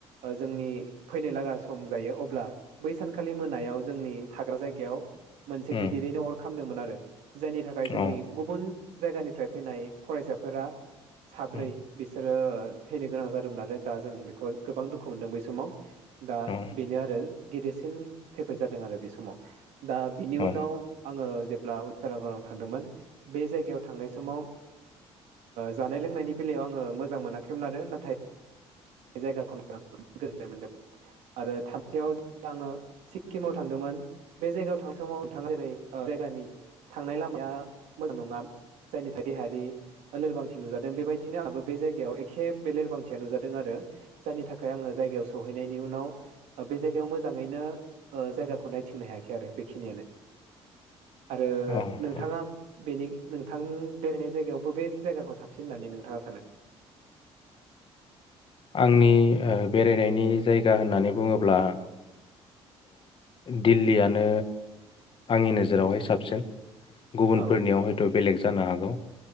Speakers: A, on the right; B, on the left.
A: जोंनि फैनाय लागा सम जायो अब्ला बै सानखालि मोनायाव जोंनि थाग्रा जायगायाव मोनसे
B: उम
A: गिदिरैनो अर खामदोंमोन आरो जायनि थाखाय
B: अ
A: जोंनि गुबुन जायगानिफ्राय फैनाय फरायसा फोर साब्रै
B: उम
A: बिसे बिसोरो थैनो गोनां जादोंमोन नाल दा जों बेखौ गोबां दुखु मोनदों बै समाव दा
B: अ
A: बेनो आरो गेदेरसिन खैफोद जादों आरो बे समाव दा बिनि
B: अ
A: उनाव
B: उम
A: आङो जेब्ला उत्तराखडआव थांदोंमोन बे जायगायाव थांनाय समाव जानाय लोंनायनि बेलायाव आङो मोजां मोनाखैमोन आरो नाथाय जायगाखौनो आ जोबो गोजोननाय मोनदों आरो थामथियावे आङो सिक्किमाव थांदोंमोन बे जायगायाव थां समाव नोंथाङा जेरै जायगानि थांनाय लामाया मोजां नङा जायनि थाखाय देहायारि लोरबांथि नुजादों बेबायदिनो आंो बे जायगायाव एखे बे लोरबांथिया नुजादों आरो जायनि थाखाय आङो जायगायाव सहैनायनि उनाव बे जायगायाव मोजाङैनो जायगाखौ नायथिंनो हायाखै आरो बेखिनियानो आरो
B: अ
A: नोंथाङा
B: अ
A: बेनि नोंथां बेरायनाय जायगायाव बबे जायगाखौ साबसिन होननानै नोंथाङा सानो
B: आंनि बेरायनायनि जायगा होननानै बुङोब्ला दिल्लीयानो आंनि नोजोरावहाय साबसिन गुबुनफोरनियाव
A: औ
B: हयथ' बेलेग ज जानो हागौ